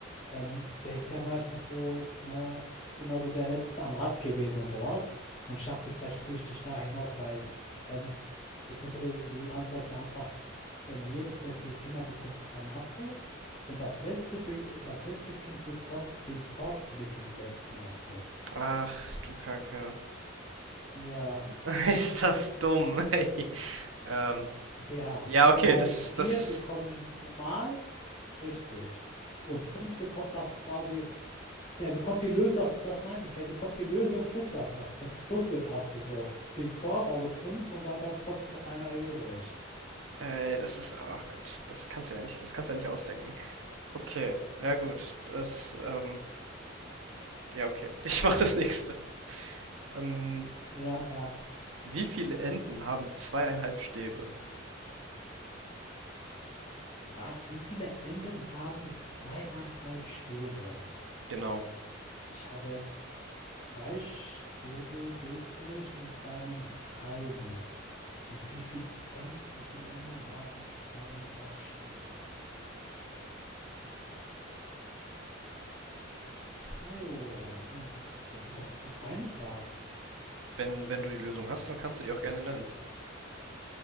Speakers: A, on the left; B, on the right.
A: ähm, der ist ja meistens so, ne, immer so der Letzte am Rad gewesen und sowas. Und ich dachte, vielleicht führe ich dich da hinaus, weil ähm, jetzt muss die, die Antwort wäre einfach, ähm, jedes der vier Kinder bekommt einen Apfel und das letzte, be- das letzte Kind bekommt den Korb mit dem letzten Apfel.
B: Ach, du Kacke.
A: Ja,
B: <laughs> Ist das dumm, ey. Ähm,
A: Ja,
B: Ja, okay,
A: weil
B: das,
A: 4
B: das,
A: bekommen normal, richtig. Und fünf
B: das,
A: bekommt das quasi, der bekommt die Lösung, das, das meinte ich, der bekommt die Lösung plus das Apfel, plus den Apfel, so. Den Korb, also 5 und dann bleibt trotzdem noch einer übrig.
B: äh, das ist, ach Gott, das kannst du ja nicht, das kannst du ja nicht ausdenken. Okay, ja gut, das, ähm, ja okay, <laughs> ich mach das nächste. Ähm,
A: Ja, ja.
B: wie viele Enden haben zweieinhalb Stäbe?
A: Was? Wie viele Enden haben zweieinhalb Stäbe?
B: Genau,
A: Ich habe zwei Stäbe bildlich und einen halben. Und wie viel Enden, wie viele Enden haben zweieinhalb Stäbe? Puh, das ist doch zu einfach.
B: wenn, wenn du die Lösung hast, dann kannst du die auch
A: Das,
B: gerne nennen.